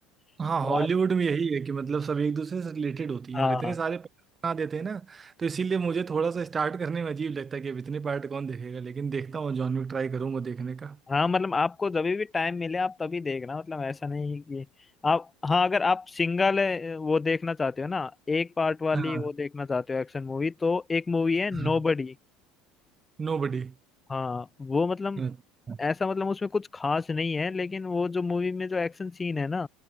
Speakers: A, on the left; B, on the right.
A: तो
B: हाँ हॉलीवुड
A: आप
B: में यही है कि मतलब सब एक दूसरे से रिलेटेड होती हैं
A: हाँ
B: और इतने सारे पार्ट बना देते हैं ना तो इसीलिए मुझे थोड़ा सा स्टार्ट करने में अजीब लगता है कि अब इतने पार्ट कौन देखेगा लेकिन देखता हूँ जॉन विक ट्राई करूंगा देखने का
A: हाँ मतलब आपको जब भी टाइम मिले आप तभी देखना मतलब ऐसा नहीं कि आप हाँ अगर आप सिंगल वो देखना चाहते हो ना एक पार्ट वाली
B: हाँ
A: वो देखना चाहते हो एक्शन मूवी तो एक मूवी है
B: हाँ
A: नोबडी
B: नोबडी
A: हाँ वो मतलब
B: अच्छा,
A: ऐसा मतलब उसमें कुछ खास नहीं है लेकिन वो जो मूवी में जो एक्शन सीन है ना